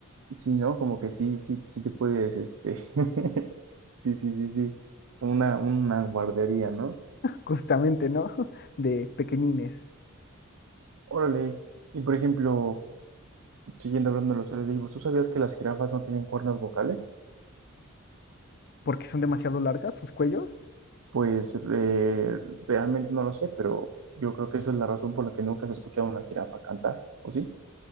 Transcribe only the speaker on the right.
Sí, ¿no? Como que sí, sí, sí te puedes, este, <laughs> sí, sí, sí, sí, como una, una guardería, ¿no?
Órale, y por ejemplo, siguiendo hablando de los seres vivos, ¿tú sabías que las jirafas no tienen cuerdas vocales?
Pues eh, realmente no lo sé, pero yo creo que eso es la razón por la que nunca has escuchado a una jirafa cantar, ¿o sí?